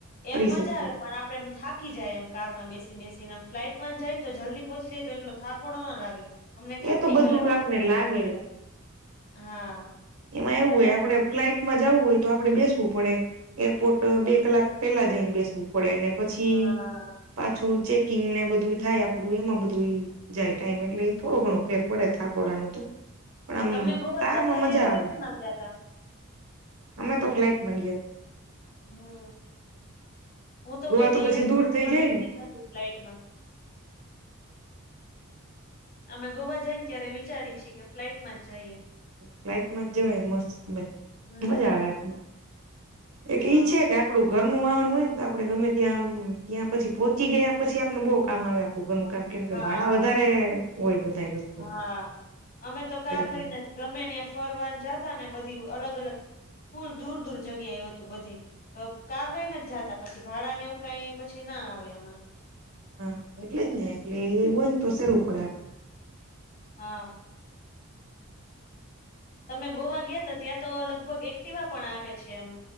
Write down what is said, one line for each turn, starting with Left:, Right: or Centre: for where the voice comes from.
Left: એમ
Right: કરી
Left: મજા
Right: શકીએ
Left: આવે પણ આપડે એમ થાકી જાઈય એમ કારમાં બેસી બેસીને એમ ફ્લાઇટમાં જ જાયને તો જલ્દી પહોચી જાય તો એટલો થાકડો ના લાગે. અમને કેટલી
Right: એ તો બધું
Left: કલાકનો
Right: આપને
Left: ટાઈમ
Right: લાગે
Left: લાયગો તો. હા
Right: એમાં એવું
Left: વધારે
Right: હોય આપડે ફ્લાઈટમાં જવું હોય તો આપડે બેસવું પડે, એરપોર્ટ
Left: હા
Right: બે કલાક. પેલા જઈને બેસવું પડેને પછી
Left: હા,
Right: પાછું ચેકિંગને બધું થાય આપડું એમાં બધું ઈ જાય ટાઈમ એટલે ઈ થોડો ઘણો ફેર પડે થાકોડાનું. તો પણ આમ
Left: હ તમે ગોવા
Right: કારમાં
Left: ગ્યાતા
Right: મજા
Left: ત્યારે
Right: આવે
Left: કેમાં ગ્યાતા.
Right: અમે તો ફ્લાઇટમાં ગ્યાત
Left: હમ હું તો
Right: ગોવા
Left: કોઈ દી
Right: પછી
Left: હજી
Right: દૂર
Left: સુધીમાં
Right: થઈ જાય
Left: બેઠી
Right: ને
Left: જ નથી ફ્લાઈટમાં. અમે ગોવા જઈને ત્યારે વિચારી છીએ કે ફ્લાઇટમાં જ જઈએ.
Right: ફ્લાઇટમાં જવાય મસ્ત મ
Left: હમ
Right: મજા આવે આપને એક એ
Left: હા.
Right: ઈ છે કે આપડું ઘરનું વાહન હોય ન તો આપડે ગમે ત્યાં આમ ત્યાં પછી પહોંચી ગયા પછી આપણને બહુ કામ આવે આપણું ઘરનું કામ કેમ કે
Left: હા.
Right: ભાડા વધારે હોય બધાએ વસ
Left: હા અમે તો કાર
Right: ભાડું
Left: લઈને ગમે ન્યા ફરવાન જાતાને બધી અલગ અલગ ફૂલ દૂર દૂર જગ્યા એ હતું બધે. તો કાર લઈને જ જાતા. પછી ભાડાને એવું કઈ પછી ના આવે આમાં.
Right: હા એટલે જ ને એટલે એ હોયને તો સેવલું પડે આપ.
Left: હા. તમે ગોવા ગ્યા ત ત્યાં તો લગભગ એક્ટિવા પણ આપે છે એમ.